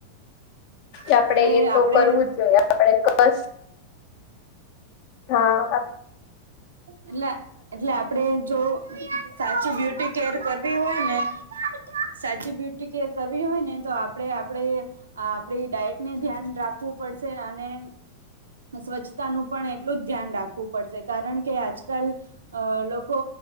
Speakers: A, on the left; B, on the right.
A: કે,
B: એટલે
A: આપડે એ તો
B: આપણે
A: કરવું જ જોઈએ આપણેે કસ હા.
B: એટલે, એટલે આપડે જો સાચી બ્યુટી કેર કરવી હોય ને સાચી બ્યુટી કેર કરવી હોય ને તો, આપણે આપે આપડી ડાયટને ધ્યાન રાખ રાખું પડશે અને, સ્વચ્છતાનું પણ એટલું જ ધ્યાન રાખ પડશે કારણ કે, આજકાલ લોકો